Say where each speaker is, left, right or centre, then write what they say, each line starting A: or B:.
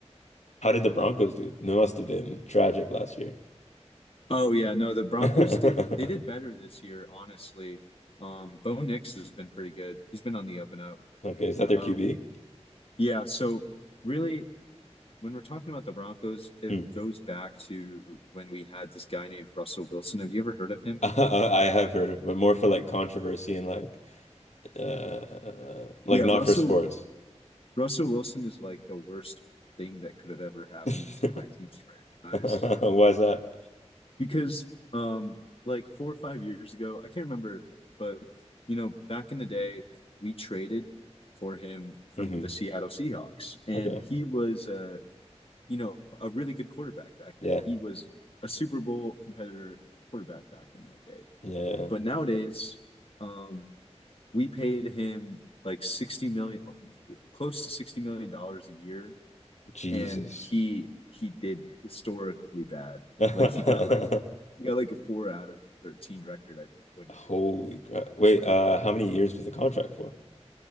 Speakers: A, on the left; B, on the left.
A: how did the Broncos do? It must have been tragic last year.
B: Oh yeah, no, the Broncos
A: <laughs>
B: did they did better this year, honestly. Um, Bo Nix has been pretty good. He's been on the up and up.
A: Okay, is that their
B: Um,
A: QB?
B: yeah, so really when we're talking about the Broncos, it
A: Hmm. <laughs>
B: goes back to when we had this guy named Russell Wilson. Have you ever heard of him?
A: Uh, I have heard of, but more for like controversy and like uh like
B: Yeah,
A: not
B: Russell
A: for sports.
B: Russell Wilson is like the worst thing that could have ever
A: <laughs>
B: happened
A: Why is
B: to my team's franchise
A: that?
B: because um like 4 or 5 years ago, I can't remember, but you know, back in the day, we traded for him from
A: hmm
B: the Seattle Seahawks and
A: Okay.
B: he was uh you know, a really good quarterback back
A: Yeah.
B: then. He was a Super Bowl competitor quarterback back in that day.
A: Yeah. yeah.
B: But nowadays, um, we paid him like 60 million, close to 60 million dollars a year,
A: Jesus.
B: and he he did historically bad.
A: <laughs>
B: Like he got like he got like a four out of 13 record, I think, one year.
A: Holy crap. Wait, uh how many years was the contract for?